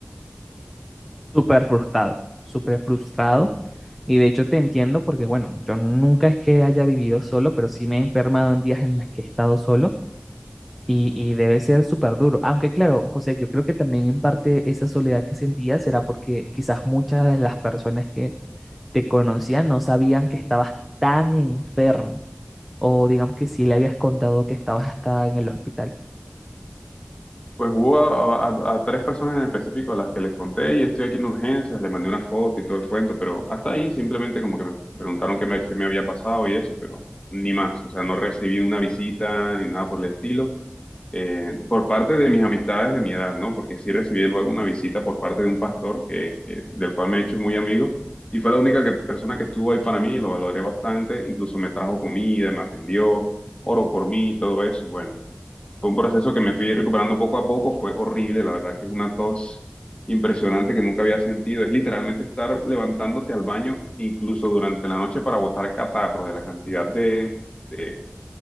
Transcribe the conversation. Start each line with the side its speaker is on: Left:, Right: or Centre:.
Centre: Súper frustrado, súper frustrado. Y de hecho te entiendo porque, bueno, yo nunca es que haya vivido solo, pero sí me he enfermado en días en las que he estado solo y, y debe ser súper duro. Aunque claro, José, yo creo que también en parte esa soledad que sentía será porque quizás muchas de las personas que te conocían no sabían que estabas tan enfermo o digamos que sí le habías contado que estabas hasta en el hospital.
Left: Pues hubo a, a- a tres personas en específico a las que les conté y estoy aquí en urgencias, les mandé una foto y todo el cuento, pero hasta ahí simplemente como que me preguntaron qué me, qué me había pasado y eso, pero ni más, o sea, no recibí una visita ni nada por el estilo, eh, por parte de mis amistades de mi edad, ¿no? Porque sí recibí luego una visita por parte de un pastor que, que- del cual me he hecho muy amigo y fue la única que- persona que estuvo ahí para mí, y lo valoré bastante, incluso me trajo comida, me atendió, oró por mí y todo eso, y bueno. Fue un proceso que me fui recuperando poco a poco, fue horrible, la verdad que es una tos impresionante que nunca había sentido. Es literalmente estar levantándote al baño, incluso durante la noche, para botar catarro de la cantidad de, de,